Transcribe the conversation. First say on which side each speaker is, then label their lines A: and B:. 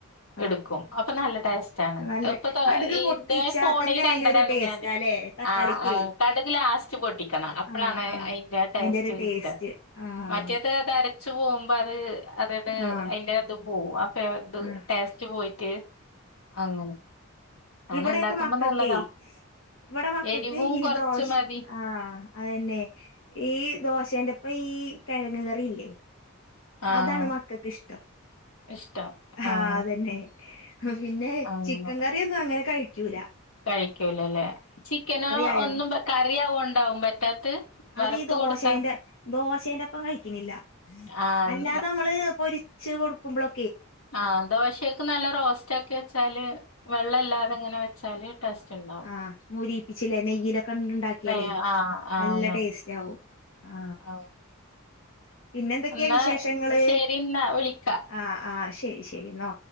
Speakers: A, on the left; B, on the left.
A: ആഹ്
B: ഇടുക്കും അപ്പൊ നല്ല ടേസ്റ്റ് ആണ്
A: നല്ല
B: അപ്പൊ തോ
A: കടുക് പൊട്ടിച്ചാ
B: ന്റെ
A: തന്നെ
B: ൽ കണ്ടതാണ്
A: അയിനൊരു ടേസ്റ്റാല്ലേ
B: ഞാന്
A: തക്കാളിക്കേ
B: ആ ആ കട്ക് ലാസ്റ്റ് പൊടിക്കണം അപ്പളാണ്
A: ആഹ് ആഹ്
B: അയിൻ്റെ ആ ടേ ടേസ്റ്റ്
A: അയിന്റെ ഒരു
B: കിട്ട
A: ടേസ്റ്റ് ആഹ്
B: മറ്റേതേ വച്ച് പോവ്മ്പോ അത് അതട്
A: ആഹ്
B: അതിന്റെ അത് പോവും അപ്പത്
A: ആഹ്
B: ടേസ്റ്റ് പോയിട്ട് അങ്ങനെ അങ്ങനെ
A: ഇവിടെയൊക്കൊ
B: ഇണ്ടാക്കുമ്പോ
A: മക്കക്കെ
B: നല്ലതാ
A: ഇവടെ മക്കക്ക്
B: എരിവും
A: ഈ
B: കൊറച്ച്
A: ദോഷ
B: മതി
A: ആ അതന്നെ ഈ ദോ ദോശേൻ്റപ്പ ഈ കിഴങ്ങ് കറിയില്ലേ
B: ആഹ്
A: അതാണ് മക്കക്ക് ഇഷ്ട്ടം
B: ഇഷ്ടം
A: ഹാ
B: ആഹ്
A: അതന്നെ പിന്നെ
B: അങ്ങനെ
A: ചിക്കൻ കറിയൊന്നും അങ്ങനെ കയിക്കൂല
B: കഴിക്കൂലല്ലേ ചിക്കനോ
A: ആയ
B: ഒന്നും കറിയാവോ ണ്ടാവും പറ്റാത്ത് വറുത്ത്
A: അത് ഈ ദോശേൻ്റെ
B: കൊടുത്താ
A: ദോശേന്റെപ്പം കഴിക്കണില്ല
B: ആഹ്
A: അല്ലാതെ നമ്മള് പൊരിച്ച് കൊടുക്കുമ്പോഴൊ
B: ആ ദോശക്ക് നല്ല റോസ്റ്റ ആക്കി വെച്ചാല് വെള്ളല്ലാതെങ്ങനെ വെച്ചാല് ടേസ്റ്റ് ഉണ്ടാവും
A: ആ മൂരിപ്പിച്ചില്ലേ നെയ്യിലൊക്കെണ്ട ഉണ്ടാക്കിയല്
B: നെയ്യ് ആഹ് ആഹ്
A: നല്ല ടേസ്റ്റ് ആകും ആ
B: ആഹ്
A: പിന്നെന്തൊക്കെയാ
B: എന്നാ
A: വിശേഷങ്ങള്
B: ശരി എന്നാ വിളിക്കാ
A: ആ ആ ശരി ശരി എന്നാ